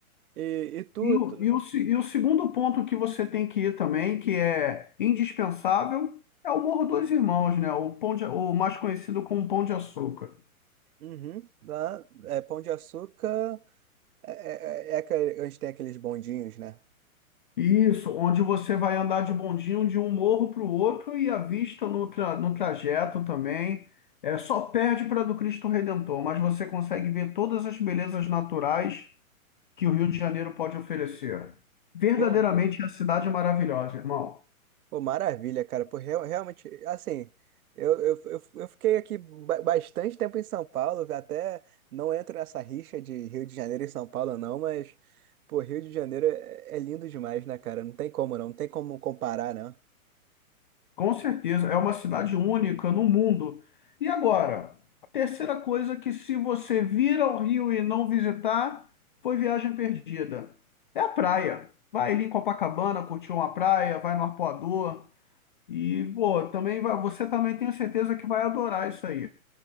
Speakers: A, on the right; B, on the left.
A: E, e tu,
B: E o,
A: tu?
B: e o, se- e o segundo ponto que você tem que ir também, que é indispensável, é o Morro dos Irmãos, né? O pão de- o mais conhecido como Pão de Açúcar.
A: Uhum. Lá, é, Pão de Açúcar é, é, é é aquele- onde tem aqueles bondinhos, né?
B: Isso, onde você vai andar de bondinho de um morro para o outro e a vista no, tra- no trajeto também. É, só perde para a do Cristo Redentor, mas você consegue ver todas as belezas naturais que o Rio de Janeiro pode oferecer. Verdadeiramente
A: Pô,
B: é a cidade maravilhosa, irmão.
A: pô, maravilha, cara. Pô, real- realmente, assim, eu, eu, eu, eu fiquei aqui ba- bastante tempo em São Paulo, até não entro nessa rixa de Rio de Janeiro e São Paulo, não, mas, pô, Rio de Janeiro é, é lindo demais, né, cara? Não tem como, não, não tem como comparar, né?
B: Com certeza, é uma cidade única no mundo. E agora, a terceira coisa que se você vir ao Rio e não visitar, foi viagem perdida. É a praia. Vai ali em Copacabana, curtir uma praia, vai no Arpoador e, pô, também vai, você também tenho certeza que vai adorar isso aí.